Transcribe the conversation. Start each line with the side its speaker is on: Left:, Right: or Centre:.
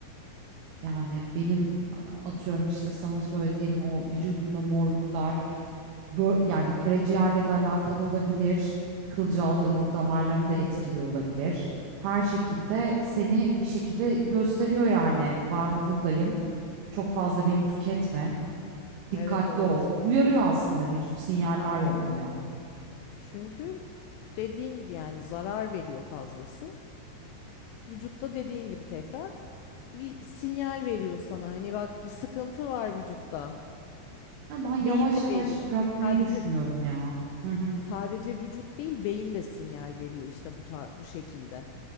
Right: Yani benim a- atıyorum işte sana söylediğim o vücudumda morluklar bö- yani karaciğerle de alakalı olabilir. Kılcal dam- damarlarını da etkiliyor
Left: Hı hı.
Right: olabilir. Her şekilde seni bir şekilde gösteriyor yani ben buradayım. Çok fazla beni tüketme. Dikkatli
Left: Evet evet.
Right: ol. Uyarıyor aslında vücut sinyaller
Left: Aynen.
Right: yolluyor.
Left: Çünkü dediğin gibi yani zarar veriyor fazlası. Vücutta dediğin gibi tekrar bir sinyal veriyor sana. Hani bak bir sıkıntı var vücutta.
Right: Ya ben yavaş
Left: Beyin de
Right: yavaş
Left: veriyor.
Right: bırakmayı
Left: Sadece
Right: düşünüyorum ya. Hı hı.
Left: sadece vücut değil, beyin de sinyal veriyor işte bu tar bu şekilde.